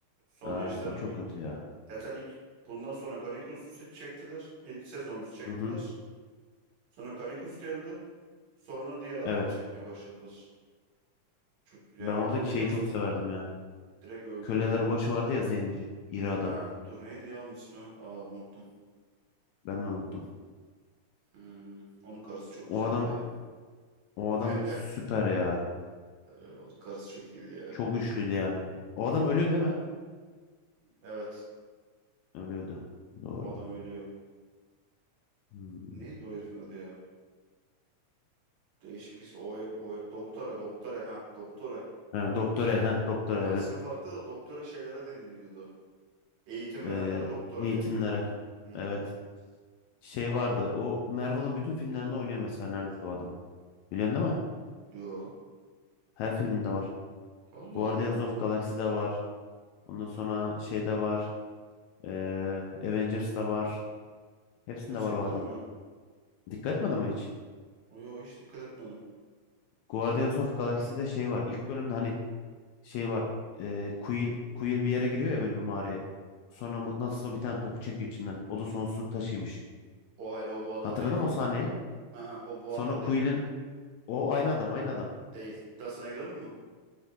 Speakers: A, on the right (about 65°); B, on the left (about 80°).
A: Sonra
B: Evet
A: işte
B: o çok
A: bir
B: kötü ya.
A: zaten ilk bundan sonra Ganikusus'u çektiler. İlk sezonu çektiler.
B: Hı hı.
A: Sonra Ganikus geldi. Sonra diğer adamla
B: Evet.
A: çekmeye başladılar. Çok, yani
B: Ben oradaki
A: adam da
B: şeyi
A: yazık
B: çok severdim ya.
A: direkt öldü
B: Kölelerin
A: herif ya.
B: başı vardı ya zenci. iri adam.
A: Ha, dur neydi ya onun ismi? Aa unuttum.
B: Ben de unuttum.
A: Hmm, onun karısı çok
B: O
A: güzeldi
B: adam
A: ya.
B: o adam
A: <laughs>
B: süper ya.
A: Ee, Onun karısı çok iyiydi ya.
B: Çok güçlüydü yani. O adam ölüyor değil mi?
A: Evet.
B: Ölüyordu. Doğru.
A: O adam ölüyor.
B: Hmm.
A: Neydi o herifin adı ya? Değişik bir isim. O, o doktora doktora ha doktora.
B: Ha, doktora, ha, doktora
A: Ama
B: evet.
A: ismi farklı da doktora şeylere deniliyordu. Eğitim verenlere
B: Ee,
A: doktora
B: eğitimlere.
A: deniliyordu. Hı hı.
B: Evet. Şey
A: Ama
B: vardı. O Marvel'ın bütün filmlerinde oynuyor mesela neredeyse o adam. Biliyorsun değil mi?
A: yo.
B: Her filminde var.
A: Allah
B: Guardians
A: Allah.
B: of Galaxy'de var. Ondan sonra şeyde var. Ee, Avengers'da var. Hepsinde
A: Gerçekten
B: var o adam.
A: mi?
B: Dikkat etmedin mi hiç?
A: Yo hiç dikkat etmedim.
B: Guardians of Galaxy'de şey var. İlk bölümde hani şey var. E, Quill, Quill bir yere giriyor ya böyle bir mağaraya. Sonra mıknatısla bir tane topu çekiyor içinden. O da sonsuzluk taşıymış.
A: O hayır o bu adam
B: Hatırladın
A: değil.
B: mı o sahneyi?
A: Ha, o bu
B: Sonra
A: adam
B: Quill'in
A: değil.
B: o aynı adam, aynı adam.
A: Değil. İddiasına girelim mi?